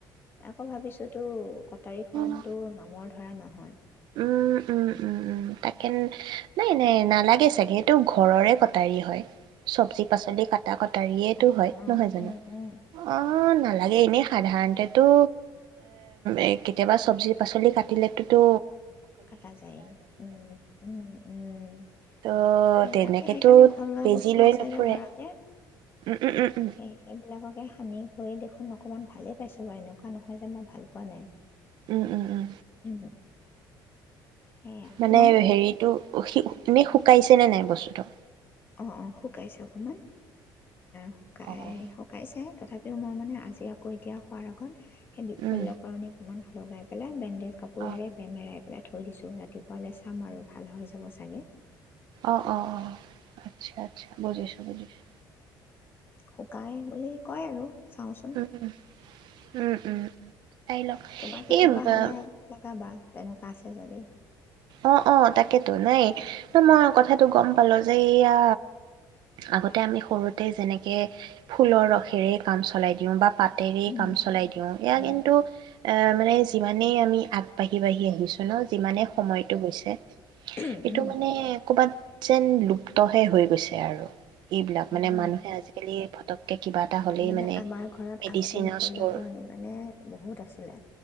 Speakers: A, on the left; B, on the right.
A: আকৌ ভাবিছো তো কটাৰী খন
B: অ
A: তোৰ মামৰ ধৰা নহয়
B: উম উম উম উম তাকেন নাই নাই নালাগে চাগে সেইটো ঘৰৰে কটাৰী হয় চব্জি পাচলি কটা কটাৰিয়েটো
A: কাটা
B: হয় নহয় জানো
A: অঁ
B: অ নালাগে এনেই সাধাৰণতে টো এ কেতিয়াবা চব্জি পাচলি কা পাতিলেটটোতো
A: কাতা যায় উ উ উম
B: ত'
A: সেই
B: তেনেকেতো
A: তাকে সেইকাৰণে ঘৰুৱা
B: বেজি
A: বস্তু
B: লৈ
A: আছে
B: নুফুৰে।
A: যে ঘৰতে
B: উম, উম, উম, উম,
A: তে সানি কৰি দেখোন অকমান ভালেই পাইছো বাৰু এনেকুৱা নহয় যে মই ভাল পোৱা নাই
B: উম, উম, উম,
A: <unintelligible> সেয়া
B: মানে
A: তোমাৰ
B: হেৰিতটো
A: ঠিকে আছে
B: এনেই শুকাইছে আছে নাই বস্তুটো
A: অ অ শুকাইছে অকন মান শুকাই
B: অ',
A: শুকাইছে তথাপিও মই মানে আজি আকৌ এতিয়া শুৱাৰ আগত সেই বিষল্যৰকৰণী
B: উম,
A: অকমান লগাই পেলাই বে জ কাপোৰৰে
B: অ',
A: বেমেৰা পেলাই থৈ দিছোঁ ৰাতিপুৱালে চাম আৰু ভাল হৈ যাব চাগে।
B: অ', অ', অ', আ আচ্ছা, আচ্ছা বুজিছোঁ বুজিছোঁ।
A: শুকাই বুলি কয় আৰু চাওঁচোন,
B: উম, উম, উম, চাই লওক
A: তোমাৰ কেতিয়াবা
B: এই ব-
A: হ'লে লগাবা। তেনেকুৱা আছে যদি
B: অ', অ', তাকেতো নাই মই কথাটো গম পালো যে, এইয়া আগত তে আমি সৰুতে যেনেকে ফুলৰ ৰসেৰে কাম চলাই দিওঁ বা পাত তেৰেই
A: উম
B: কাম চলাই দিওঁ, এয়া
A: উম
B: কিন্তু এ মানে যিমানেই আমি আগবাঢ়ি বাঢ়ি আহিছোঁ ন যিমানে সময় হৈছে
A: উম
B: এইটো
A: উম
B: মানে ক'বাত যেন লুপ্তহে হৈ গৈছে আৰু। এইবিলাক
A: অ'
B: মানে মানুহে আজিকালি ফটককে কিবা এটা হ'লেই
A: মানে আমাৰ ঘৰত
B: মেডিচিনৰ
A: আগতে বিশল্যকৰণী
B: ষ্ট'ৰ
A: মানে বহুত আছিলে